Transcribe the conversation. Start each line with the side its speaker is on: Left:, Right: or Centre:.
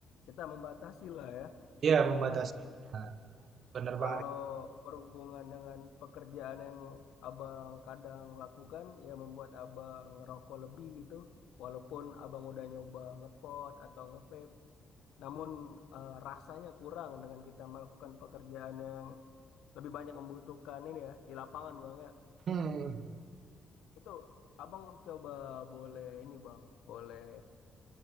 Left: kita membatasi lah ya.
Right: Iya membatasi,
Left: Nah,
Right: benar benar. benar
Left: Kalau
Right: banget.
Left: berhubungan dengan pekerjaan yang abang kadang lakukan, ya membuat abang ngerokok lebih gitu. Walaupun abang udah nyoba ngepot atau ngevape, namun eh, rasanya kurang dengan kita melakukan pekerjaan yang lebih banyak membutuhkan ini ya di lapangan bang ya.
Right: Mhm.
Left: Itu abang coba boleh ini bang, boleh